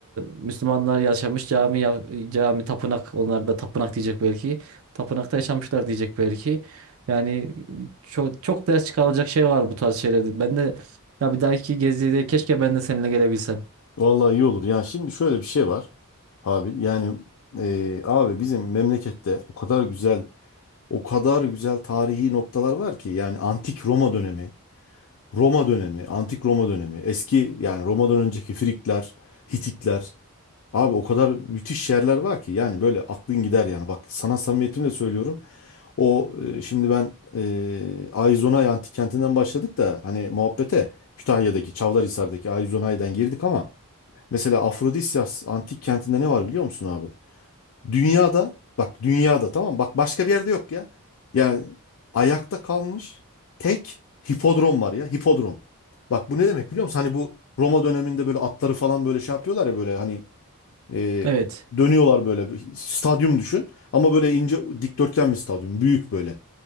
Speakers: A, on the right; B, on the left.
A: Müslümanlar yaşamış cami ya- cami tapınak onlar da tapınak diyecek belki. Tapınakta yaşamışlar diyecek belki. Yani çok çok ders çıkarılacak şey var bu tarz şeylerde. Ben de ya bir dahaki gezide keşke ben de seninle gelebilsem.
B: Vallahi iyi olur. Yani şimdi şöyle bir şey var Habil. Yani e, abi bizim memlekette o kadar güzel, o kadar güzel tarihi noktalar var ki yani antik Roma dönemi Roma dönemi, antik Roma dönemi, eski yani Roma'dan önceki Frikler, Hititler. Abi o kadar müthiş yerler var ki yani böyle aklın gider yani. Bak sana samimiyetimle söylüyorum. O e, şimdi ben e, Ayzonay antik kentinden başladık da hani muhabbete Kütahya'daki Çavdarhisar'daki Ayzonay'dan girdik ama mesela Afrodisyas antik kentinde ne var biliyor musun abi? Dünyada bak dünyada tamam mı? Bak başka bir yerde yok ya. Yani ayakta kalmış tek hipodrom var ya hipodrom. Bak bu ne demek biliyor musun? Hani bu Roma döneminde böyle atları falan böyle şey yapıyorlar ya böyle hani e,
A: Evet.
B: dönüyorlar böyle bir stadyum düşün. Ama böyle ince dikdörtgen bir stadyum büyük böyle.